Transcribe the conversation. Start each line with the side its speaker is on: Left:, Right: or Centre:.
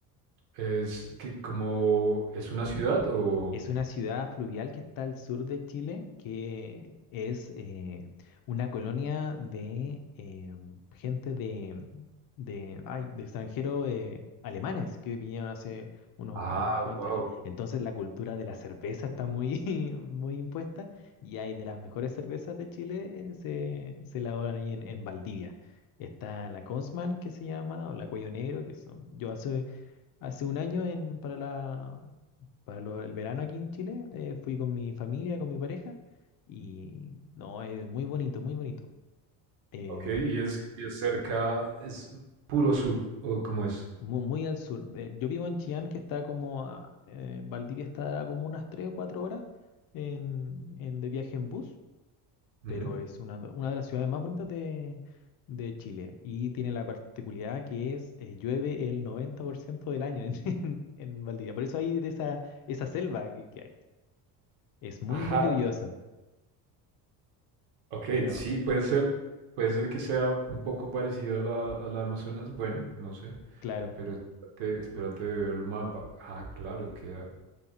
Right: es que como es una ciudad o...
Left: Es una ciudad fluvial que está al sur de Chile, que es eh, una colonia de eh, gente de, de, ay, de extranjeros eh, alemanes que vinieron hace unos,
Right: Ah,
Left: unos cuantos
Right: wow.
Left: años. Entonces la cultura de la cerveza está muy, <laughs> muy impuesta y hay de las mejores cervezas de Chile, eh, se, se elaboran ahí en, en Valdivia. Está la Consman que se llama, o la Cuello Negro, que son, yo hace Hace un año en, para la, para lo- el verano aquí en Chile, eh, fui con mi familia, con mi pareja, y no, es muy bonito, muy bonito. Eh,
Right: Ok, y es, y es cerca, es puro sur, o cómo es.
Left: mu- muy, al sur. Eh, yo vivo en Chillán, que está como, a- eh, Valdivia está como unas 3 o 4 horas en, en- de viaje en bus,
Right: Ujú.
Left: pero es una, de- una de las ciudades más bonitas de, de Chile y tiene la particularidad que es, eh, llueve el 90% del año en, <laughs> en, en Valdivia. Por eso hay de esa, esa selva que que hay. Es muy,
Right: Ajá,
Left: muy lluviosa,
Right: ok,
Left: pero
Right: sí, puede ser, puede ser que sea un poco parecido a la, a la Amazonas, bueno, no sé,
Left: claro.
Right: pero espérate, espérate, veo el mapa. Ah, claro, queda